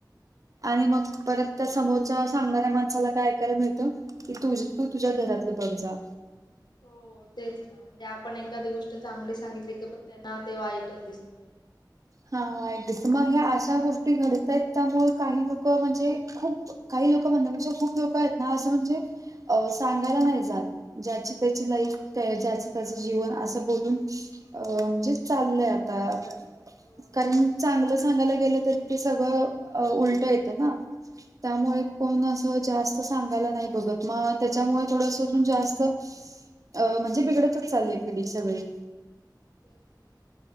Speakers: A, on the left; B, on the right.
A: तेच
B: आणि
A: ना
B: मग परत
A: म्हणजे
B: तर समोरचा अस सांगणाऱ्या माणसाला काय ऐकायला मिळतं की तुझ तू तुझ्या घरातलं बघ जा
A: हो तेच ना म्हणजे आपण एखादी गोष्ट चांगली सांगितली का पण त्यांना ते वाईटच दिसतं हम
B: हा मग हे अशा गोष्टी घडतयत त्यामुळं काही लोक म्हणजे खूप काही लोक म्हणण्यापेक्षा खूप लोक आहेत ना असं म्हणजे अ सांगायला नाही जात ज्याची त्याची लाईफ ज्याच त्याच जीवन असं बोलून अ म्हणजे चाललंय
A: वाटतं
B: आता
A: शांत हो
B: कारण
A: तेच ना
B: चांगलं सांगायला गेलं तरी ते सगळं उलट येतं ना त्यामुळे
A: हो
B: कोण असं जास्त सांगायला नाही बघत मग त्याच्यामुळे थोडस जास्त अ म्हणजे बिघडतच चालय पिढीच्या वेळी
A: होय की मग